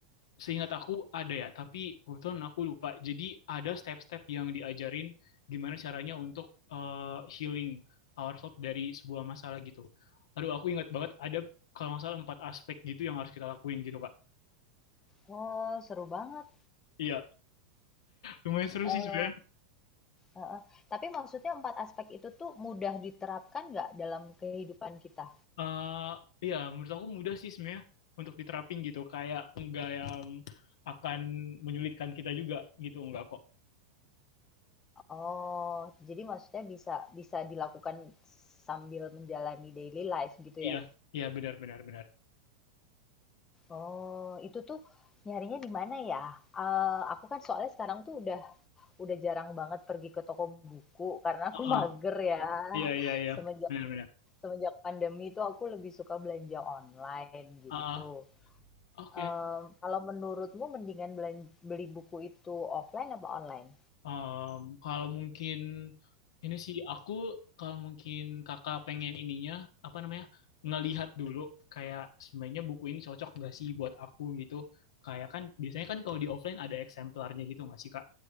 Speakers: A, on the left (about 70°); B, on the left (about 20°).
A: seingat aku ada ya, tapi kebetulan aku lupa. Jadi ada step-step yang diajarin gimana caranya untuk eh, healing ourselves dari sebuah masalah gitu. Aduh, aku ingat banget ada kalau nggak salah empat aspek gitu yang harus kita lakuin gitu, Kak.
B: Oh, seru banget.
A: Iya, lumayan seru
B: Eh
A: sih sebenarnya.
B: heeh. Tapi maksudnya 4 aspek itu tuh mudah diterapkan nggak dalam kehidupan kita?
A: Eh, iya, menurut aku mudah sih sebenarnya untuk diterapin gitu. Kayak nggak yang akan menyulitkan kita juga gitu, nggak kok.
B: Oh, jadi maksudnya bisa bisa dilakukan sambil menjalani daily life gitu
A: Iya,
B: ya?
A: iya benar benar benar.
B: Oh, itu tuh nyarinya di mana ya? Eh aku kan soalnya sekarang tuh udah udah jarang banget pergi ke toko buku karena aku <laughs>
A: ah
B: mager ya.
A: iya iya iya,
B: Semenjak
A: benar benar.
B: semenjak pandemi itu aku lebih suka belanja online gitu.
A: ah oke.
B: Mmm, kalau menurutmu mendingan belan beli buku itu offline apa online?
A: Um, kalau mungkin ini sih aku kalau mungkin kakak pengen ininya apa namanya ngelihat dulu kayak sebenarnya buku ini cocok nggak sih buat aku gitu. Kayak kan biasanya kan kalau di offline ada eksemplarnya gitu nggak sih kak